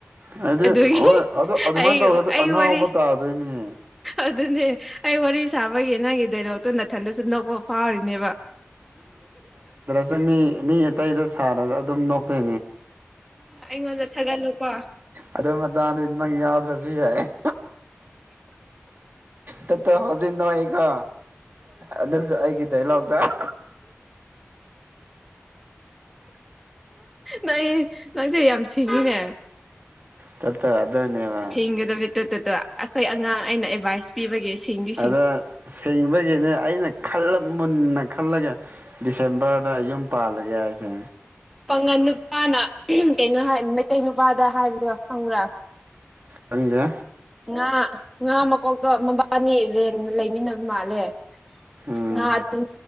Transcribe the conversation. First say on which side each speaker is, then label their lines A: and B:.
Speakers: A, on the right; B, in the centre.
A: ꯍꯥꯏꯗꯤ
B: ꯑꯗꯨꯒꯤ
A: ꯍꯣꯏ ꯑꯗꯨ ꯑꯗꯨꯃꯥꯏꯅ
B: ꯑꯩ
A: ꯇꯧꯔꯗꯤ
B: ꯑꯩ
A: ꯑꯉꯥꯎꯕ
B: ꯋꯥꯔꯤ
A: ꯇꯥꯗꯣꯏꯅꯦ꯫
B: ꯑꯗꯨꯅꯦ ꯑꯩ ꯋꯥꯔꯤ ꯁꯥꯕꯒꯤ ꯅꯪꯒꯤ ꯗꯥꯏꯂꯣꯛ ꯅꯥꯊꯟꯗꯁꯨ ꯅꯣꯛꯄ ꯐꯥꯎꯔꯤꯅꯦꯕ
A: ꯆꯪꯃꯤ ꯃꯤ ꯑꯇꯩꯗ ꯁꯥꯔꯒ ꯑꯗꯨꯝꯅꯣꯛ <unintelligible>
B: ꯑꯩꯉꯣꯟꯗ ꯊꯥꯒꯠꯂꯨꯀꯣ
A: ꯑꯗꯨ ꯃꯇꯥꯡꯗꯗꯤ ꯅꯪ ꯌꯥꯎꯗ꯭ꯔꯁꯨ ꯌꯥꯏ꯫ ꯇꯠꯇ ꯍꯧꯖꯤꯛ ꯅꯣꯏꯀꯣ ꯑꯗꯨꯁꯨ ꯑꯩꯒꯤ ꯗꯥꯏꯂꯣꯛꯇ <unintelligible>
B: ꯅꯪ ꯅꯪꯁꯦ ꯌꯥꯝ ꯁꯤꯡꯉꯤꯅꯦ꯫
A: ꯇꯠꯇ ꯑꯗꯨꯅꯦꯕ
B: ꯁꯤꯡꯒꯗꯃꯤꯠꯇꯣꯠꯇꯗꯣ ꯑꯩꯈꯣꯏ ꯑꯉꯥꯡ ꯑꯩꯅ ꯑꯦꯗꯚꯥꯏꯁ ꯄꯤꯕꯒꯤ ꯁꯤꯡꯒꯤ
A: ꯑꯗ ꯁꯤꯡꯕꯒꯤꯅꯦ ꯑꯩꯅ ꯈꯟꯂꯣ ꯃꯨꯟꯅ ꯈꯜꯂꯒꯦ ꯗꯤꯁꯦꯝꯕꯔꯗ ꯌꯨꯝ ꯄꯥꯜꯂꯒꯦ ꯍꯥꯏꯁꯦ
B: ꯄꯥꯉꯟ ꯅꯨꯄꯥꯅ ꯀꯩꯅꯣ ꯍꯥꯏ ꯃꯩꯇꯩ ꯅꯨꯄꯥꯗ ꯍꯥꯏꯕꯗꯣ ꯈꯪꯕ꯭ꯔꯥ
A: ꯈꯪꯗꯦ
B: ꯉꯥ ꯉꯥ ꯃꯀꯣꯛꯇꯣ ꯃꯕꯥꯅꯤ ꯔꯦꯟ ꯂꯩꯃꯤꯟꯅꯕ ꯃꯥꯜꯂꯦ
A: ꯎꯝ
B: ꯉꯥ ꯑꯗꯨꯝ